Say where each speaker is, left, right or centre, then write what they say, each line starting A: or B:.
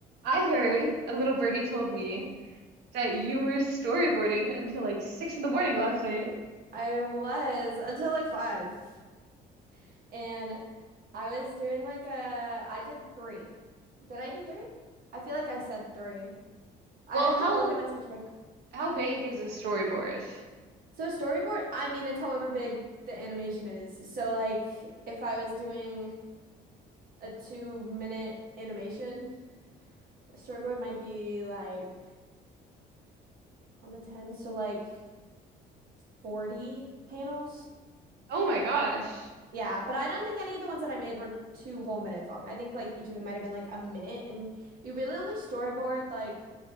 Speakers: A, on the right; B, on the right.
A: I heard a little birdie told me that you were storyboarding until like six in the morning last night.
B: I was until like five. And I was doing like a, I did three. Did I do three? I feel like I said three. I'd
A: Well,
B: have
A: how
B: to look at my sketchbook.
A: how big is a storyboard?
B: So storyboard, I mean, it's however big the animation is. So like if I was doing a two minute animation, storyboard might be like on the 10, so like 40 panels.
A: Oh my gosh.
B: Yeah, but I don't think any of the ones that I made were two whole minutes long. I think like each of them might have been like a minute, and you really only storyboard like